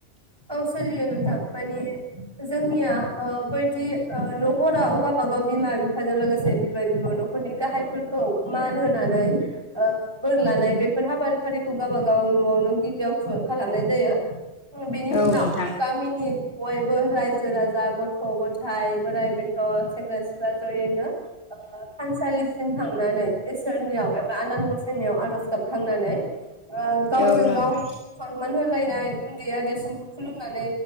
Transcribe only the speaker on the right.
औ सोलियो नोंथां माने जोंनिया ओ बैदि ओ न'खराव गावबागाव बिमा बिफाजों लोगोसे बिबै बिबौ न'खरनि गाहायफोरखौ मान होनानै ओ बोर लानाय बेफोर हाबाफारिखौ गाबबा गाव न'आवनो गिबियाव खु खालामनाय जायो। बेनि
उनाव
गामिनि बयबो रायजो राजा गथ' गथाइ बोराइ बेन्थ' सेंग्रा सिख्ला जयैनो ओ थानसालिसिम थांनानै इसोरनियाव एबा आनान गसाइनियाव आर'ज गाबखांनानै ओ गावजों
गाव फन मान होलायनाय उन्दैया देरसि खुलुमनानै